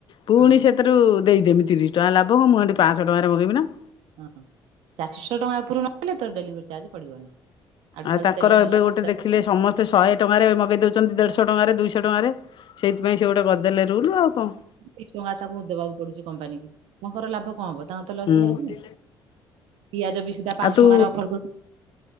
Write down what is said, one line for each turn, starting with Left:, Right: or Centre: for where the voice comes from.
Left: ପୁଣି
Right: ହଁ
Left: ସେଥିରୁ ଦେଇଦେମି ତିରିଶ ଟଙ୍କା, ଲାଭକଣ? ମୁଁ ହେଠୁ ପାଆଁଶ ଟଙ୍କାରେ ମଗେଇବି ନା କ
Right: ହଁ, ଚାରିଶହ ଟଙ୍କା ଉପରୁ ନହଲେ ତୋର ଡେଲିଭରି ଚାର୍ଜ ପଡିବନି। ଆଡୁ
Left: ଆଉ
Right: ସାଡୁ
Left: ତାଙ୍କର
Right: ତେଲ ମେଲ
Left: ଏବେ ଗୋଟେ
Right: ସଉଦା
Left: ଦେଖିଲେ ସମସ୍ ତେ ଶହେ ଟଙ୍କାରେ ମଗେଇ ଦେଉଛନ୍ତି, ଦେଢ଼ଶହ ଟଙ୍କାରେ ଦୁଇଶହ ଟଙ୍କାରେ, ସେଇଥିପାଇଁ ସେ ଗୋଟେ ଗଦଲେ ରୁଲୁ ଆଉ କଣ?
Right: ଦି ଟଙ୍କା ତାକୁ ଦେବାକୁ ପଡୁଚି କମ୍ପାନୀ କି, ତାଙ୍କର ଲାଭ କଣ ହବ? ଙ୍କ ତ ଲସି
Left: ହୁଁ
Right: ଯାଇଛି ନା ପିଆଜ ବି ସୁଦ୍ଧା ପାଞ୍ଚ
Left: ଆଉ ତୁ
Right: ଟଙ୍କାର ଅଫରୁ